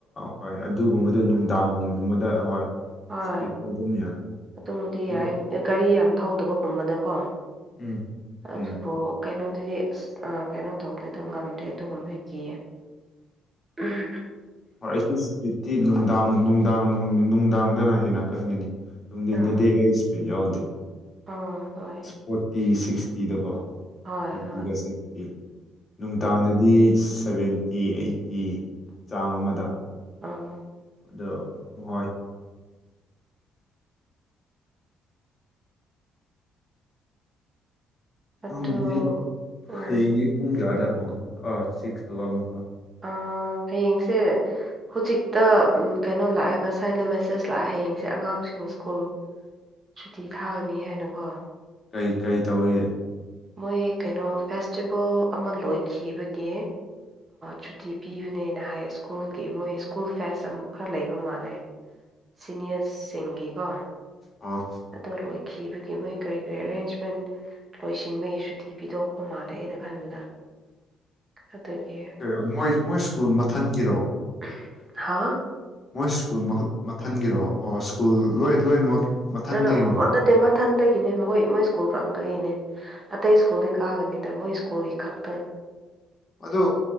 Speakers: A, on the left; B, on the right.
A: ꯍꯣꯏ ꯑꯗꯨꯒꯨꯝꯕꯗꯣ ꯅꯨꯡꯗꯥꯡꯒꯨꯝꯕꯗ ꯍꯣꯏ
B: ꯍꯣꯏ
A: ꯏꯁꯄꯤꯠꯇ ꯑꯗꯨꯝ ꯌꯥꯏ
B: ꯑꯗꯨꯕꯨꯗꯤ
A: ꯑꯗꯨ
B: ꯌꯥꯏ ꯒꯥꯔꯤ ꯌꯥꯝ ꯊꯧꯗꯕ ꯒꯨꯝꯕꯗꯀꯣ
A: ꯎꯝ
B: ꯑꯗꯨꯕꯨ
A: ꯎꯝ
B: ꯀꯩꯅꯣꯗꯨꯗꯤ ꯑꯁ ꯑꯥ ꯀꯩꯅꯣ ꯇꯧꯗꯦꯗ ꯉꯝꯗꯦ ꯑꯗꯨꯒꯨꯝꯕꯒꯤ ꯎꯝ ꯍꯨꯝ ꯎꯝ
A: ꯍꯣꯏ ꯑꯩꯁꯨ ꯏꯁꯄꯤꯠꯇꯤ ꯅꯨꯡꯗꯥꯡ ꯅꯨꯡꯗꯥꯡ ꯅꯨꯡꯗꯥꯡꯗꯅ ꯍꯦꯟꯅ ꯀꯟꯒꯅꯤ ꯅꯨꯡꯊꯤꯟꯗꯗꯤ
B: ꯑꯥ
A: ꯑꯩ ꯏꯁꯄꯤꯠ ꯌꯥꯎꯗꯦ
B: ꯑꯥ ꯍꯣꯏ
A: ꯐꯣꯔꯇꯤ ꯁꯤꯛꯁꯇꯤꯗꯀꯣ
B: ꯍꯣꯏ
A: ꯐꯣꯔꯇꯤꯒ
B: ꯍꯣꯏ
A: ꯁꯤꯛꯁꯇꯤ ꯅꯨꯡꯗꯥꯡꯗꯗꯤ ꯁꯕꯦꯟꯇꯤ ꯑꯩꯠꯇꯤ ꯆꯥꯡ ꯑꯃꯗ
B: ꯑꯣ
A: ꯑꯗꯣ ꯍꯣꯏ
B: ꯑꯗꯨ
A: ꯅꯨꯡꯗꯤ
B: ꯎꯝ
A: ꯍꯌꯦꯡꯒꯤ ꯄꯨꯡ ꯀꯌꯥꯗ ꯍꯧꯒ ꯁꯤꯛꯁꯇ ꯑꯃꯨꯛꯀ
B: ꯑ ꯍꯌꯦꯡꯁꯦ ꯍꯧꯖꯤꯛꯇ ꯀꯩꯅꯣ ꯂꯥꯛꯑꯦ ꯉꯁꯥꯏꯗꯣ ꯃꯦꯁꯦꯖ ꯂꯥꯛꯑꯦ ꯍꯌꯦꯡꯁꯦ ꯑꯉꯥꯡꯁꯤꯡ ꯁ꯭ꯀꯨꯜ ꯁꯨꯇꯤ ꯊꯥꯒꯅꯤ ꯍꯥꯏꯅꯀꯣ
A: ꯀꯩ ꯀꯩ ꯇꯧꯕꯒꯤ
B: ꯃꯣꯏ ꯀꯩꯅꯣ ꯐꯦꯁꯇꯤꯚꯦꯜ ꯑꯃ ꯂꯣꯏꯈꯤꯕꯒꯤ ꯁꯨꯇꯤ ꯄꯤꯕꯅꯦꯅ ꯍꯥꯏꯌꯦ ꯁ꯭ꯀꯨꯜꯒꯤ ꯃꯣꯏ ꯁ꯭ꯀꯨꯜ ꯐꯦꯁ ꯑꯃꯨ ꯈꯔ ꯂꯩꯕ ꯃꯥꯜꯂꯦ ꯁꯤꯅꯤꯌꯔꯁ ꯁꯤꯡꯒꯤꯀꯣ
A: ꯑꯣ
B: ꯑꯗꯨ ꯂꯣꯏꯈꯤꯕꯒꯤ ꯃꯣꯏ ꯀꯔꯤ ꯀꯔꯤ ꯑꯦꯔꯦꯟꯖꯃꯦꯟ ꯂꯣꯏꯁꯤꯟꯕꯒꯤ ꯁꯨꯇꯤ ꯄꯤꯊꯣꯛꯄ ꯃꯥꯜꯂꯦ ꯑꯩꯅ ꯈꯟꯕꯗ
A: <unintelligible>
B: ꯑꯗꯒꯤ
A: ꯑꯣꯦ ꯃꯣꯏ ꯃꯣꯏ ꯁ꯭ꯀꯨꯜ ꯃꯊꯟꯒꯤꯔꯣ
B: ꯎꯝ ꯍꯥꯥ
A: ꯃꯣꯏ ꯁ꯭ꯀꯨꯜ ꯃꯈ ꯃꯊꯟꯒꯤꯔꯣ ꯑꯣ ꯁ꯭ꯀꯨꯜ ꯂꯣꯏ ꯂꯣꯏꯅꯃꯛ ꯃꯊꯟꯗꯒꯤ
B: ꯅꯪꯅ ꯅꯠꯇꯦ ꯃꯊꯟꯗꯒꯤꯅꯦ ꯃꯈꯣꯏ ꯃꯣꯏ ꯁ꯭ꯀꯨꯜ ꯀꯥꯡꯗꯒꯤꯅꯦ ꯑꯇꯩ ꯁ꯭ꯀꯨꯜꯗꯤ ꯀꯥꯒꯅꯤꯗ ꯃꯣꯏ ꯁ꯭ꯀꯨꯜꯒꯤ ꯈꯛꯇꯪ
A: ꯑꯗꯨ